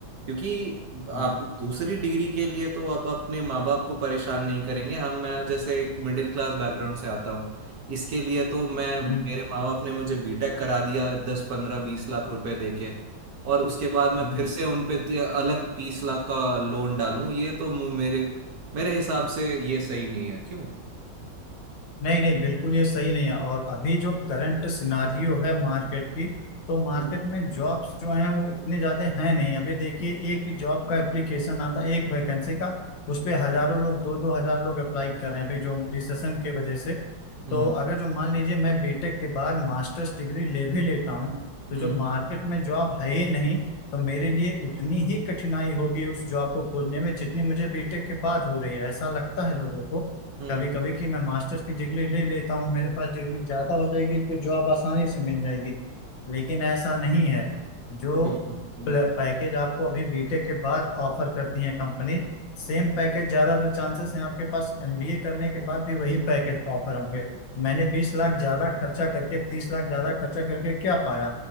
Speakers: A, on the right; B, on the left.
A: क्योंकि आप
B: हाँ
A: दूसरी डिग्री के लिए तो आप अपने माँ बाप को परेशान नहीं करेंगे हम मैं जैसे एक मिडिल क्लास बैकग्राउंड से आता हूँ इसके लिए तो मैं मेरे
B: हम्म,
A: माँ बाप ने मुझे बीटेक करा दिया दस पंद्रह बीस लाख रुपए देके और उसके बाद मैं
B: हम्म।
A: फिर से उन पे ते- अलग तीस लाख का लोन डालूं ये तो मु- मेरे मेरे हिसाब से ये सही नहीं है क्यों
B: नहीं नहीं बिल्कुल ये सही नहीं है और अभी जो करंट सिनारियो है मार्केट की तो मार्केट
A: हम्म
B: में जॉब्स जो हैं वो इतने ज्यादा हैं नहीं अभी देखिए एक जॉब का एप्लीकेशन आता है एक वैकेंसी का उस पे हजारों लोग दो दो हजार लोग अप्लाई कर रहे हैं अभी जो रिसेशन के वजह से
A: हम्म
B: तो अगर जो मान लीजिए मैं बीटेक के बाद मास्टर्स डिग्री ले भी लेता हूँ तो
A: हम्म
B: जो मार्केट में जॉब है ही नहीं तो मेरे लिए उतनी ही कठिनाई होगी उस जॉब को खोजने में जितनी मुझे बीटेक के बाद हो रही है ऐसा लगता है लोगों को
A: हम्म
B: कभी कभी कि मैं मास्टर्स की डिग्री ले लेता हूँ मेरे पास डिग्री ज्यादा हो जाएगी तो जॉब आसानी से मिल जाएगी लेकिन ऐसा नहीं है जो
A: बिल्कुल बिल्कुल
B: पैकेज आपको अभी बीटेक के बाद ऑफर करती है कंपनी सेम पैकेज ज्यादातर चांसेस हैं आपके पास एमबीए करने के बाद भी वही पैकेज ऑफर होंगे मैंने बीस लाख ज्यादा खर्चा करके तीस लाख ज्यादा खर्चा करके क्या पाया